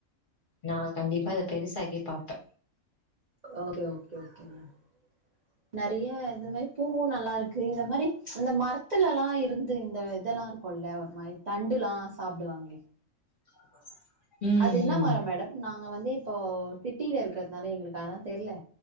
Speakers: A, on the left; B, on the right.
A: நா கண்டிப்பா அத பெருசாகி பாப்பே
B: ஓகே ஓகே ஓகே மேம் நெறய இது மாரி பூவு நல்லா இருக்கு இத மாரி அந்த மரத்துல எல்லா இருந்து இந்த இதல்லா கொல்ல ஒரு மாரி தண்டுலா சாப்டுவாங்களே
A: <inaudible>
B: அது என்ன
A: ம்
B: மரோ மேடம் நாங்க வந்து இப்போ சிட்டில இருக்கறதுனால எங்களுக்கு அதா தெர்ல